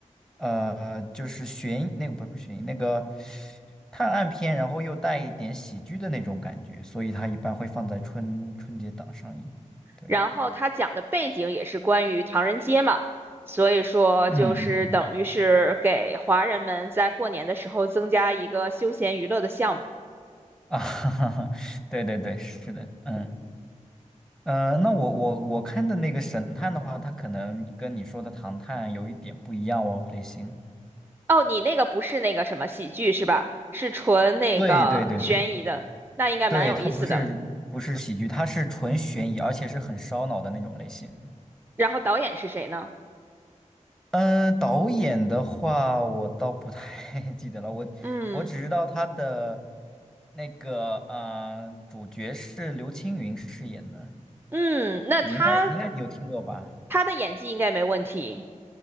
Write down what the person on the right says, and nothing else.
然后他讲的背景也是关于唐人街嘛，所以说就是等于是给华人们在过年的时候增加一个休闲娱乐的项目。
哦，你那个不是那个什么喜剧是吧？是纯那个悬疑的，
那应该蛮有意思的。
然后导演是谁呢？
嗯
嗯，那他
他的演技应该没问题，